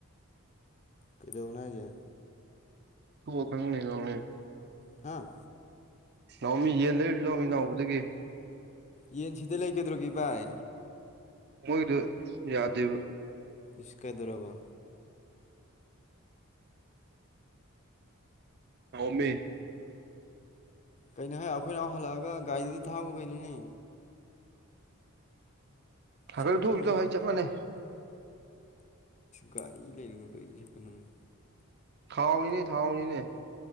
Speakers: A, on the left (about 35°); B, on the right (about 50°).
A: ꯀꯩꯗꯧꯅꯖꯦ
B: ꯊꯧꯈꯪꯅꯦꯒꯥꯎꯅ
A: ꯍꯥꯥ
B: ꯅꯅꯥꯍꯎ ꯃꯤ ꯌꯦꯟ ꯂꯩꯔꯨꯁꯤ ꯂꯧꯃꯤ ꯅꯅꯥꯍꯎꯧꯕꯗꯒꯤ
A: ꯌꯦꯟꯁꯤꯗ ꯂꯩꯒꯗ꯭ꯔꯣꯒꯤ ꯚꯏ
B: ꯍꯣꯏꯗ ꯌꯥꯗꯕ
A: ꯏꯀꯥꯗꯨ꯭ꯔꯕꯥ
B: ꯅꯧꯃꯤ
A: ꯀꯩꯅꯣ ꯍꯥꯏ ꯑꯩꯈꯣꯏꯅ ꯍꯜꯂꯛꯑꯒ ꯒꯥꯔꯤꯗꯨ ꯊꯥꯕ ꯀꯩꯅꯣꯅꯦ
B: ꯊꯔ
A: ꯁꯥꯏꯀꯟꯒ
B: ꯊ ꯍꯥꯏꯦ ꯃꯅꯦ
A: ꯒꯥꯔꯤ ꯂꯩꯔꯒ ꯀꯔꯤꯒꯤ ꯁꯥꯛꯀꯠꯅꯅꯤ
B: ꯊꯥꯎꯅꯤꯅꯦ ꯊꯥꯎꯅꯤꯅꯦ